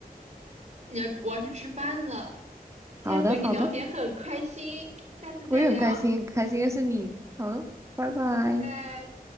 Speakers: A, on the right; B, on the right.
A: 你要我要去吃饭了，今天和你聊天很开心，
B: 好的，好的，
A: 下次再聊，
B: 我也很开心，开心认识你。好，拜拜。
A: 拜拜。